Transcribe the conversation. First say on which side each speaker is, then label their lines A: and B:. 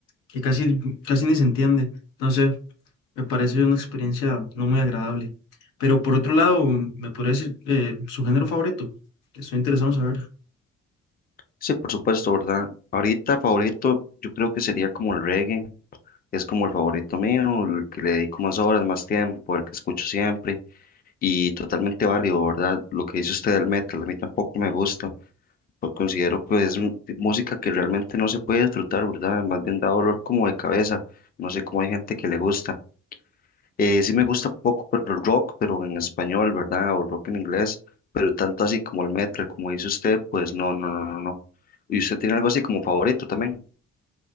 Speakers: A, on the left (about 80°); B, on the left (about 25°).
A: que casi, casi ni se entiende. No sé, me parece una experiencia no muy agradable. Pero por otro lado, ¿me podría decir eh, su género favorito? Que estoy interesado en saber.
B: Sí, por supuesto, ¿verdad? Ahorita favorito, yo creo que sería como el reggae, es como el favorito mío, el que le dedico más horas, más tiempo, el que escucho siempre. Y totalmente válido, ¿verdad? Lo que dice usted del metal, a mí tampoco me gusta. pero Considero que es m- música que realmente no se puede disfrutar, ¿verdad? Más bien da dolor como de cabeza. No sé cómo hay gente que le gusta. Eh, sí me gusta poco, pero el rock, pero en español, ¿verdad? O rock en inglés, pero tanto así como el metal, como dice usted, pues no, no, no, no, no. ¿Y usted tiene algo así como favorito también?